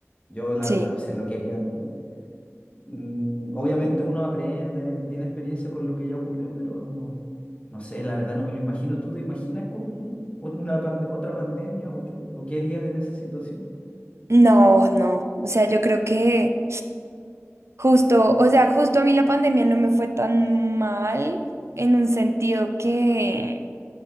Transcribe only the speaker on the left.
yo la
verdad
no sé lo que haría, no, Mm, obviamente uno aprende, tiene experiencia con lo que ya ocurrió, pero no, no sé, la verdad no me lo imagino. ¿Tú te imaginas con ot- una pande- otra pandemia o qué, o qué harías en esa situación?